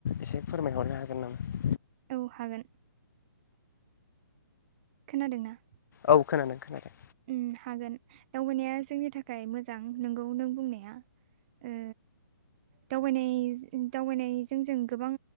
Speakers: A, on the left; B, on the right.
A: एसे फोरमायहरनो हागोन नामा?
B: औ हागोन। खोनादों ना?
A: औ खोनादों खोनादों
B: उम हागोन दावबायनाया जोंनि थाखाय मोजां नोंगौ नों बुंनाया। ओ दावबायनाय जो दावबायनायजों जों गोबां